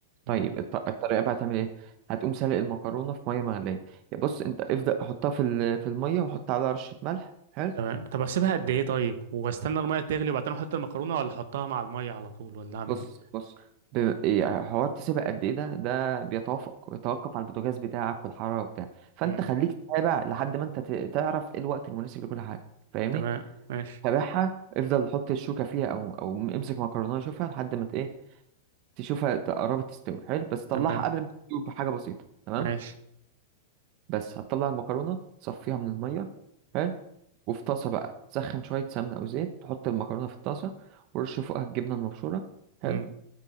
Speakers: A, on the right; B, on the right.
A: طيب
B: امم
A: الط- الطريقة بقى هتعمل ايه هتقوم سلق المكرونة في مية مغلية يا بص انت ابدأ حطها في ال- في المية وحط عليها رشة ملح حلو
B: تمام طب اسيبها قد ايه طيب واستنى الميه تغلي وبعدين احط المكرونه ولا احطها مع الميه على طول ولا اعمل
A: بص
B: ايه
A: بص ب- إيه، حوار تسيبها قد ايه ده ده بيتوافق بيتوقف على البوتاجاز بتاعك والحراره وبتاع فانت
B: امم
A: خليك تتابع لحد ما انت ت- تعرف ايه الوقت المناسب لكل حاجه فاهمني
B: تمام ماشي
A: تابعها افضل حط الشوكه فيها او او امسك مكرونه شوفها لحد ما ت- ايه تشوفها ت- قربت تستوي حلو بس طلعها
B: تمام
A: قبل ما تستوي بحاجه بسيطه تمام
B: ماشي
A: بس هتطلع المكرونه صفيها من الميه حلو وفي طاسه بقى سخن شويه سمنه او زيت تحط المكرونه في الطاسه ورش فوقها الجبنه المبشوره حلو
B: امم